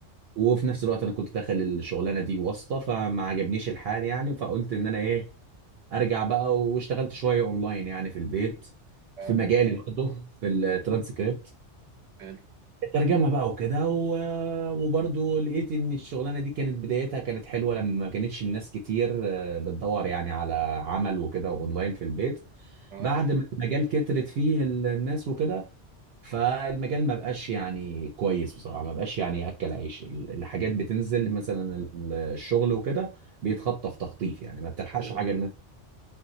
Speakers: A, on the right (about 65°); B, on the right (about 30°).
A: وفي نفس الوقت أنا كنت داخل الشغلانة دي واسطة فما عجبنيش الحال يعني فقلت إن أنا إيه أرجع بقى واشتغلت شوية أونلاين يعني في البيت
B: اه
A: في مجالي برضه في الترانسكريبت
B: فعلا
A: الترجمه بقى وكده و... وبرضه لقيت ان الشغلانه دي كانت بدايتها كانت حلوه لما ما كانتش الناس كتير آه، بتدور يعني على عمل وكده اونلاين في البيت
B: اه
A: بعد ما المجال كترت فيه ال- الناس وكده فالمجال ما بقاش يعني كويس بصراحه ما بقاش يعني ياكل عيش ال- الحاجات بتنزل مثلا ال- الشغل وكده بيتخطف تخطيف يعني ما بتلحقش
B: مم.
A: حاجه